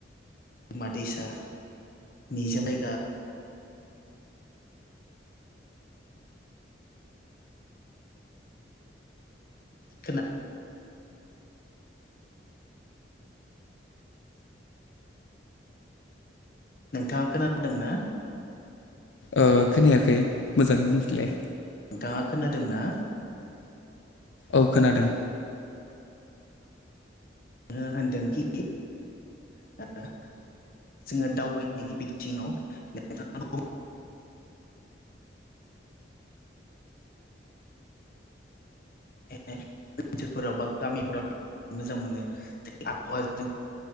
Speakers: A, on the left; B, on the left.
A: मा दैसा निजोम <unintelligible> खोना नोंथाङा खोनादों ना?
B: ओ खोनायाखै मोजाङै बुंफिलाय।
A: नोंथाङा खोनादों ना?
B: औ खोनादों।
A: नो होनदोंखि <unintelligible> जोङो दावबायनायनि बिथिङाव नोंथां <unintelligible> <unintelligible> <unintelligible> ओनसोलफोराव बा गामिफोराव मोजां मोनो आबहावाजों